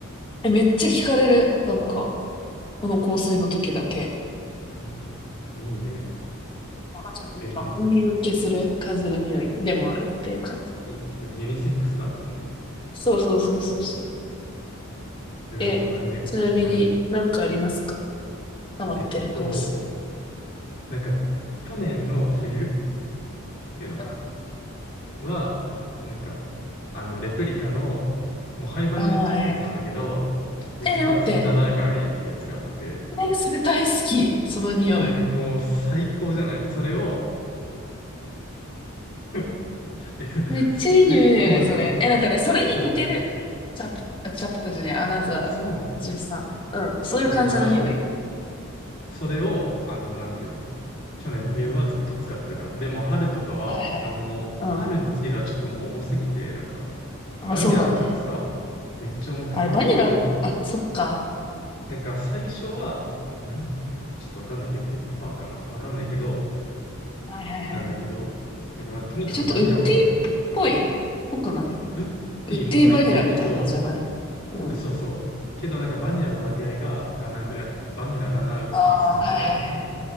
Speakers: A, on the left; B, on the left.
A: え、めっちゃ聞かれる。なんか、この香水の時だけ。
B: えーいいね。
A: あなんか万人受けする風の匂いでもあるっていう感じ。
B: えーか、いいね。だってユニセックスだもんね。
A: そうそうそうそうそう。
B: ルラボナね。
A: え、ちなみになんかありますか
B: うん。
A: ハマってる香水。
B: えっと、なんか、去年の冬っていうのかな。
A: うん。
B: は、なんか、あの、レプリカの、もう廃盤になっちゃったやつなんだけど、
A: ああ、はいはいはい。
B: Whispers
A: え、ね待って。
B: in the Library ってやつがあって、
A: え、それ大好き。その匂い。
B: で、もう最高じゃないそれを、<laughs> え最高じゃん。
A: めっちゃいい匂いだよね、それ。え、なんかね、それに似てる。
B: そう。
A: チャプ、あ、チャプターじゃねえ、アナザー
B: あ、そうなの
A: 13。
B: え
A: うん、そういう感じの匂い。
B: そう、だから、それを、あの、なんていうの去年の冬はずっと使ってたかな。でも、春とかは、
A: はいはい。
B: なんも、
A: うん。
B: 春につけるはちょっともう重すぎて、なんか、
A: まあ、
B: バニラだからさ、
A: そうだね。
B: めっちゃ重くて、
A: あれ、バニラ、
B: もう
A: あ、そっか。
B: なんか最初は、なん、ちょっとわかんないけど、ペッパーかなわかんないけど、
A: はいはいはい。
B: なんだけど、なんかまあ、とにかくバニラ重めみたいな。
A: え、ちょっとウッディっぽいっぽくない
B: ウッディも入ってるけど、
A: ウッディバニラみたいな感じじゃないうん。
B: そうそう。けどなんかバニラの割合が7ぐらい。バニラ7、ウッディ3ぐらいな感じ。
A: ああ、はいはいはい。